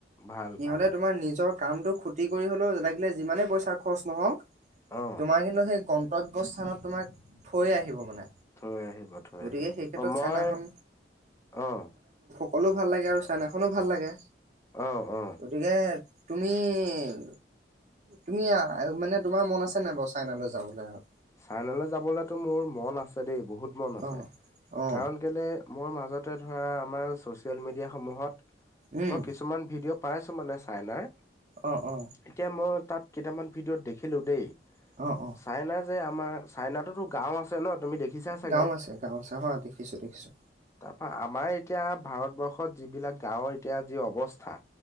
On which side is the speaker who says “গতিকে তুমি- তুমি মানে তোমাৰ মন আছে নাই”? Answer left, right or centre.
Right